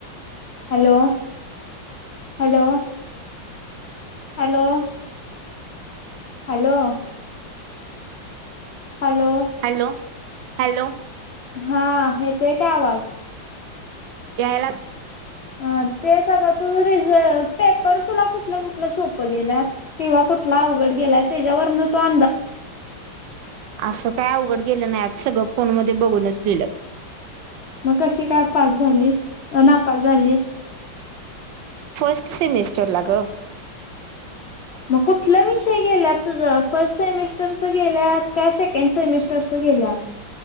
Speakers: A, on the left (about 75°); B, on the right (about 75°).
A: Hello hello! Hello! Hello! Hello!
B: Hello hello!
A: हा हेेतोय काय आवाज
B: त्याला
A: हा तेच आता तू रिझ पेपर तुला कुठलं कुठलं सोपं गेल्या. किंवा कुठला अवघड गेलाय त्याच्यावरन तो
B: असं काय अवघड गेलं नाही आज सगळं फोन मध्ये बघूनच लिहिलं.
A: मग कशी काय पाच झालीस ना पाच झालीस.
B: फर्स्ट सेमिस्टर लाग
A: मग कुठला विषय गेल्यात तुझं फर्स्ट सेमेस्टरचं गेल्यात का सेकंड सेमेस्टरचं गेल्यात.